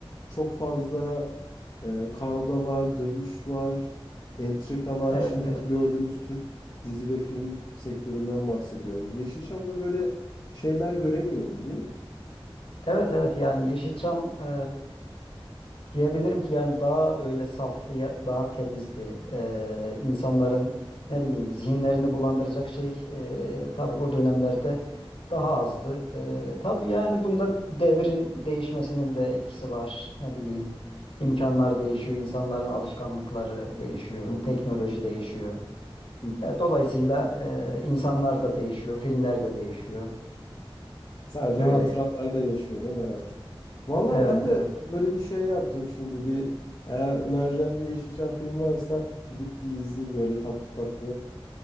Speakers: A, on the left; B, on the left.
A: çok fazla eee, kavga var, dövüş var, entrika var.
B: Evet,
A: Şimdiki
B: evet.
A: gördüğümüz Türk dizi ve film sektöründen bahsediyorum. Yeşilçam'da böyle şeyler göremiyordum, değil mi?
B: Evet, evet yani Yeşilçam e, Diyebilirim ki yani daha böyle saftı, ya- daha temizdi. Ee, insanların ne bileyim zihinlerini bulandıracak şey ee, tabii o dönemlerde daha azdı. Ee, tabii yani bunda devrin değişmesinin de etkisi var. Ne bileyim imkanlar değişiyor, insanların alışkanlıkları değişiyor,
A: Hı hı,
B: teknoloji değişiyor.
A: hı hı.
B: E, dolayısıyla ee, insanlar da değişiyor, filmler de değişiyor.
A: Sadece
B: Öyle
A: hatıralarda
B: yani.
A: yaşıyor değil mi artık? Valla
B: Evet,
A: ben de
B: evet.
A: böyle bir şey yaptım şimdi bir eğer önereceğim bir Yeşilçam filmi varsa gidip bir izleyeyim böyle tatlı tatlı